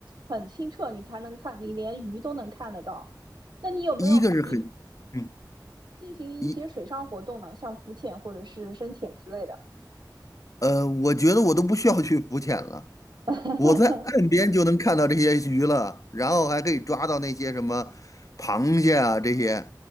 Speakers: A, on the right (about 75°); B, on the left (about 45°).
A: 很清澈，你才能看，你连鱼都能看得到。那你有没有你
B: 一个是很，嗯，
A: 进行一些水上活动呢？
B: 一
A: 像浮潜或者是深潜之类的？
B: 呃，我觉得我都不需要去浮潜了。
A: <laughs>
B: 我在岸边就能看到这些鱼了，然后还可以抓到那些什么螃蟹啊这些，